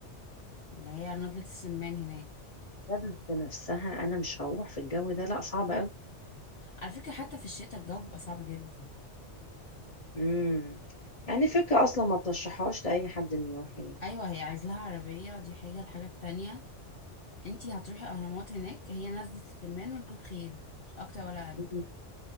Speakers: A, on the left; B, on the left.
A: اللي هي نضلة السمان هناك
B: الشمس نفسها أنا مش هروح في الجو ده لا صعب أوي
A: على فكره حتى في الشتاء الجو بيبقى صعب جدا
B: امم يعني فكرة أصلا ما ترشحهاش لأي حد إنه يروح هناك
A: ايوه هي عايز لها عربيه دي حاجه الحاجه التانية انتي هتروحي اهرامات هناك هي نزلة السمان وركوب خيل مش اكتر ولا اقل
B: مم.